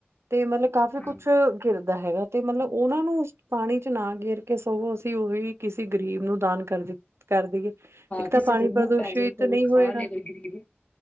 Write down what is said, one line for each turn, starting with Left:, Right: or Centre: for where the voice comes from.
Right: ਤੇ ਮਤਲਬ ਕਾਫ਼ੀ
Left: ਹਾਂ
Right: ਕੁਛ- ਘਿਰਦਾ ਹੈਗਾ ਤੇ ਮਤਲਬ ਉਹਨਾਂ ਨੂੰ ਉਸ ਪਾਣੀ ਚ ਨਾ ਗਿਰ ਕੇ ਸਗੋਂ ਅਸੀਂ ਉਹੀ ਕਿਸੇ ਗਰੀਬ ਨੂੰ ਦਾਨ- ਕਰਦੀ ਕਰਦੀਐ ਇੱਕ ਤਾਂ
Left: ਕਿਸੇ
Right: ਪਾਣੀ
Left: ਦੇ ਮੂੰਹ
Right: ਪ੍ਰਦੂਸ਼ਿਤ
Left: ਪੈ ਜੇ ਕੋਈ
Right: ਨਹੀਂ
Left: ਖਾ
Right: ਹੋਏਗਾ-
Left: ਲੇ ਕੋਈ ਗਰੀਬ